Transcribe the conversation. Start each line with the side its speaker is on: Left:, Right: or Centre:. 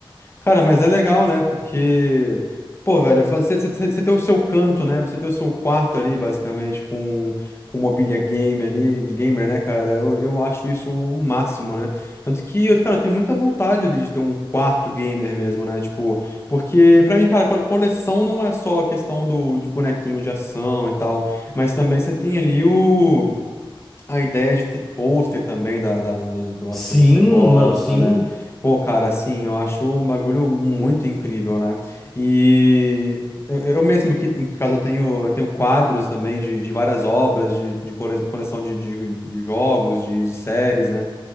Left: Cara, mas é legal, né? Porque, pô, velho, você, você, você tem o seu canto, né? Você tem o seu quarto ali, basicamente, com, com mobília game ali, de gamer, né, cara? Eu, eu acho isso o máximo, né? Tanto que, eu, cara, eu tenho muita vontade ali de ter um quarto gamer mesmo, né? Tipo, porque pra mim, cara, co- coleção não é só a questão do, de bonequinho de ação e tal, mas também você tem ali o. A ideia de ter pôster também da, da- do do negócio
Centre: Sim,
Left: que você gosta,
Centre: mano, sim.
Left: né? Pô, cara, assim, eu acho um bagulho muito incrível, né? E eu, eu mesmo que em casa eu tenho, eu tenho quadros também de, de várias obras, de, de cole- coleção de, de, de jogos, de, de séries, né?